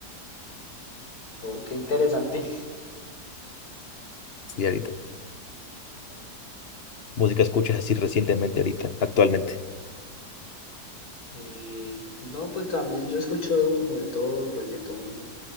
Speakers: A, on the left; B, on the left.
A: oh, qué interesante.
B: Sí, ahorita. música escuchas así recientemente ahorita, actualmente?
A: Eh, no, pues también yo escucho como de todo, reggaetón,